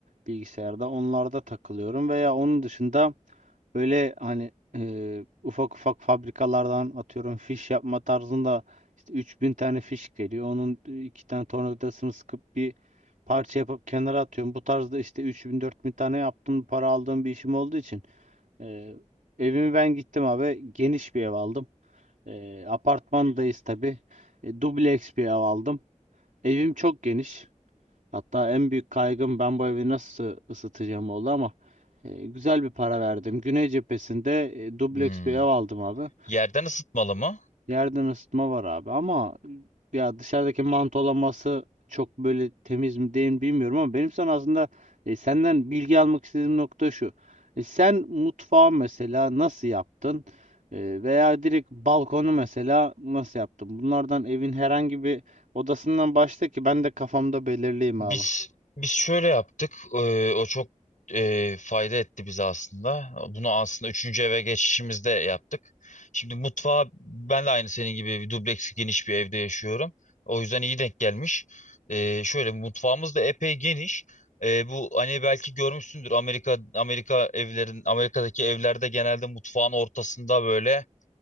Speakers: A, on the right (about 80°); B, on the left (about 75°).
A: bilgisayarda. Onlarda takılıyorum veya onun dışında Böyle hani e, ufak ufak fabrikalardan atıyorum fiş yapma tarzında işte 3000 tane fiş geliyor. Onun e, iki tane tornavidasını sıkıp bir parça yapıp kenara atıyorum. Bu tarzda işte 3000 bin tane yaptım para aldığım bir işim olduğu için. E, evimi ben gittim abi geniş bir ev aldım. E, apartmandayız tabii. E, dubleks bir ev aldım. Evim çok geniş. Hatta en büyük kaygım ben bu evi nasıl ısıtacağım oldu ama e, güzel bir para verdim. Güney cephesinde e, dubleks
B: Hmm.
A: bir ev aldım abi.
B: Yerden ısıtmalı mı?
A: Yerden ısıtma var abi ama e, ya dışarıdaki mantolaması çok böyle temiz mi değil mi bilmiyorum ama benim sana aslında e, senden bilgi almak istediğim nokta şu. E, sen mutfağı mesela nasıl yaptın? E, veya direkt balkonu mesela nasıl yaptın? Bunlardan evin herhangi bir odasından başla ki ben de kafamda belirleyeyim
B: Biz
A: abi.
B: biz şöyle yaptık. Ee, o çok e, fayda etti bize aslında. Bunu aslında üçüncü eve geçişimizde yaptık. Şimdi mutfağa ben de aynı senin gibi bir dubleks geniş bir evde yaşıyorum. O yüzden iyi denk gelmiş. Ee, şöyle mutfağımız da epey geniş. Ee, bu hani belki görmüşsündür Amerika Amerika evlerin Amerika'daki evlerde genelde mutfağın ortasında böyle